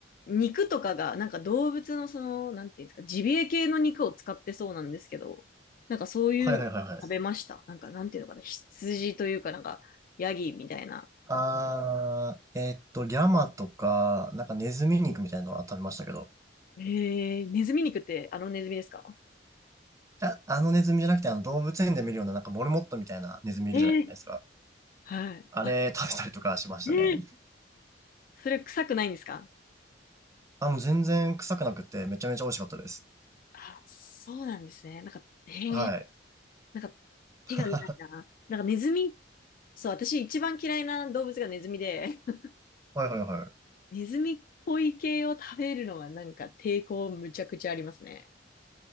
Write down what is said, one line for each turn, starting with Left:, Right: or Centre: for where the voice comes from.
Left: 肉とかが、なんか動物のその、なんていうんですか、ジビエ系の肉を使ってそうなんですけど、なんかそういうの食べました。
Right: はいはいはいはい。
Left: なんか、なんていうのかな、羊というか、なんか、ヤギみたいな。
Right: あー、えーっと、リャマとか、なんかネズミ肉みたいなのは食べましたけど、
Left: えー、ネズミ肉ってあのネズミですか
Right: あ、あのネズミじゃなくて、あの動物園で見るような、なんかモルモットみたいなネズミいるじゃないですか。
Left: えー、はい。
Right: あれ食べたりとかしましたね。
Left: あ、えー、それ臭くないんですか
Right: あ、もう全然臭くなくて、めちゃめちゃ美味しかったです。
Left: あ、そうなんですね。なんか、えー、
Right: はい。
Left: なんか、手が出ないな。
Right: <laughs>
Left: なんかネズミ、そう、私一番嫌いな動物がネズミで、<laughs>
Right: はいはいは
Left: ネズミっぽい系を食べるのはなんか抵抗むちゃくちゃありますね。